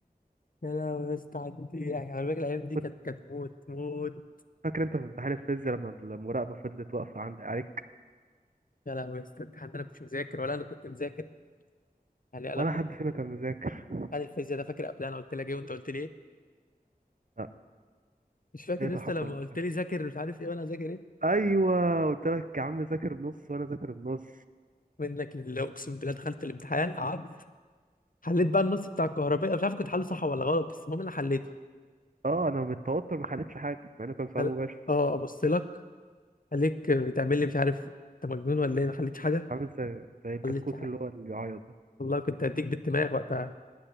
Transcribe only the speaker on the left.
يا لهوي يا اسطى عدت ايه يعني خلي بالك الايام دي
كانت كانت موت موت
يا لهوي يا اسطى الامتحان ده انا كنتش مذاكر ولا انا كنت مذاكر يعني انا
خدت
امتحان الفيزياء ده فاكر قبل انا قلت لك ايه وانت قلت لي ايه
مش فاكر
يا اسطى
لما
قلت لي ذاكر مش عارف ايه وانا هذاكر ايه
منك لله اقسم بالله دخلت الامتحان قعدت حليت بقى النص بتاع الكهربائي مش عارف كنت حله صح ولا غلط بس المهم انا حليته
قال-
اه ابص لك عليك بتعمل لي مش عارف انت مجنون ولا ايه ما حليتش حاجه
خليتش حاجة
والله كنت هديك بالدماغ وقتها